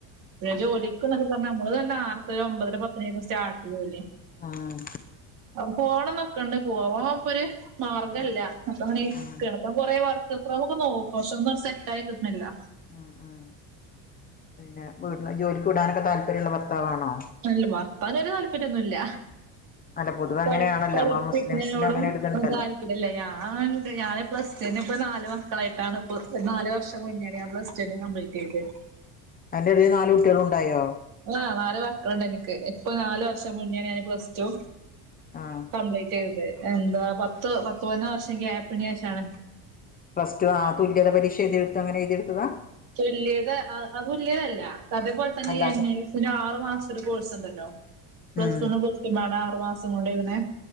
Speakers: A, on the right (about 45°); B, on the left (about 20°).
A: പിന്നെ ജോലിക്കൊന്നൊക്കെ പറഞ്ഞാ നമ്മള് തന്നെ നേർത്ത ഒമ്പത് ഒമ്പത് പത്തര ആകുമ്പോ സ്റ്റാർട്ട്‌ ചയ്യുല്ലേ
B: ആഹ്
A: അഹ് പോണന്നൊക്കെണ്ടേ പോവാ ഓ ഇപ്പൊരു മാർഗല്ല
B: ഉം
A: അപ്പ അങ്ങനെ
B: ഉം
A: കിടപ്പ കുറേ വർക്ക് ഫ്രം ഹോം ഒക്കെ നോക്കും പക്ഷെ ഒന്നും അങ്ങോട്ട് സെറ്റായിട്ടൊന്നുമില്ല
B: ആഹ് ആഹ് പിന്നെ വീട്ടില് ജോലിക്ക് വിടാനൊക്കെ താല്പര്യമുള്ള ഭർത്താവാണോ
A: അല്ല ഭർത്താവിന് വല്യ താൽപ്പര്യൊന്നുമില്ല
B: അല്ല പൊതുവെ അങ്ങനെയാണല്ലോ
A: പടി പടിപ്പിക്കുന്നതിനോടും
B: നമ്മളെ മുസ്ലിംസിന് അങ്ങനെ ഒരിതുണ്ടല്ലോ
A: ഒന്നും താല്പ ഇല്ലില്ല ഞാണ്ട് ഞാന് പ്ലസ് ടു അന്നെ ഇപ്പ നാല് മക്കളായിട്ടാണ് ഇപ്പൊ നാല് വർഷം മുന്നേയാണ് ഞാ പ്ലസ്ടു കംപ്ലീറ്റ് ചയ്തേ
B: അയിന്റെ ഇടയില് നാല് കുട്ടികളും ഉണ്ടായോ
A: ആഹ് നാല് മക്കളുണ്ട് എനക്ക് ഇപ്പൊ നാല് വർഷം മുന്നേയാണ് ഞാൻ പ്ലസ് ടു
B: ആഹ്
A: കംപ്ലീറ്റ് ചെയ്ത് എന്താ പത്ത് പത്തൊന്നോ വർഷം ഗ്യാപ്പിന് ശേഷമാണു
B: പ്ലസ് ടു ആഹ് തുല്യത പരീക്ഷ എഴുതി എടുത്ത് അങ്ങനെ എഴുതിയെടുത്തതാ
A: തുല്യത അത് തുല്യത അല്ലാ അതേപോലെ തന്നെ
B: അല്ലാതെ
A: ഈ എൻ എ സ്സിന്റെ ആറ് മാസത്തിന്റെ ഒരു കോഴ്സ് ഉണ്ടല്ലോ പ്ലസ്
B: ഉം
A: വണ്ണും പ്ലസ് ടു പാടെ ആറു മാസം കൊണ്ട് എഴുതണെ